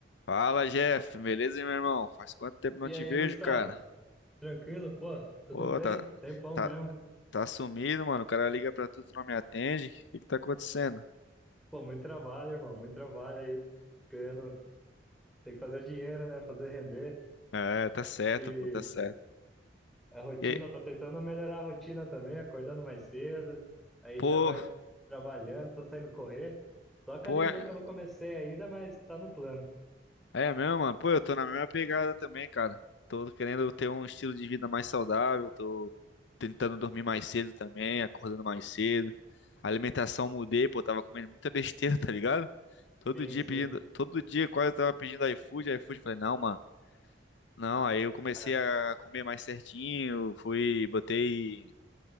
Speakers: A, on the left; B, in the centre.
A: Fala, Jeff, beleza, meu irmão? Faz quanto tempo não
B: E
A: te
B: aí,
A: vejo,
B: Gustavo?
A: cara?
B: Tranquilo? Pô, tudo
A: Pô,
B: bem?
A: tá,
B: Tempão
A: tá,
B: mesmo.
A: tá sumido, mano. O cara liga pra tu, tu não me atende. O que que tá acontecendo?
B: Pô, muito trabalho, irmão, muito trabalho aí. Ganhando, tem que fazer dinheiro, né? Fazer render.
A: É, tá certo,
B: E
A: pô, tá certo.
B: a rotina,
A: E,
B: tô tentando melhorar a rotina também, acordando mais cedo. Aí
A: pô,
B: já vai trabalhando, tô saindo correr. Só academia
A: pô, é,
B: que eu não comecei ainda, mas tá no plano.
A: é mesmo, mano. Pô, eu tô na mesma pegada também, cara. Tô querendo ter um estilo de vida mais saudável, tô tentando dormir mais cedo também, acordando mais cedo. A alimentação mudei, pô, tava comendo muita besteira, <laughs> tá ligado? Todo
B: Sim,
A: dia
B: sim.
A: pedindo, todo dia quase eu tava pedindo iFood, iFood, falei, não, mano. Não, aí eu comecei
B: Ah,
A: a comer mais certinho, fui, botei